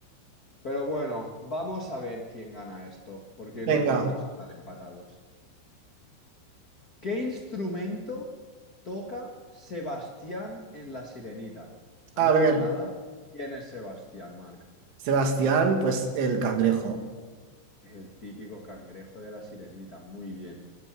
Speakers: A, on the left; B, on the right.
A: Pero bueno, vamos a ver quién gana esto, porque
B: Venga,
A: no podemos estar empatados. ¿Qué instrumento toca Sebastián en La Sirenita? Antes
B: a ver.
A: de nada, ¿quién es Sebastián, Marc?
B: Sebastián, pues el cangrejo.
A: El típico cangrejo de La Sirenita, muy bien.